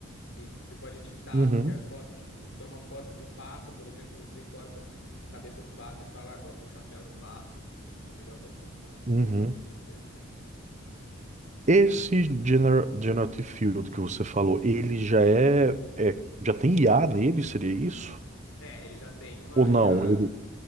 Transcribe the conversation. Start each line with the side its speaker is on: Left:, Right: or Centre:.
Left: E você pode editar
Right: uhum,
Left: qualquer foto, tipo, se é uma foto de um pato, por exemplo, você recorta a cabeça do pato e fala, ah, coloca um chapéu no pato. Tipo, um negócio assim, sabe? É
Right: uhum.
Left: bem legal, bem interessante.
Right: Esse gener- Generative Field que você falou, ele já é, é- já tem IA nele, seria isso?
Left: É, ele já tem uma
Right: Ou não?
Left: IA,
Right: Ele,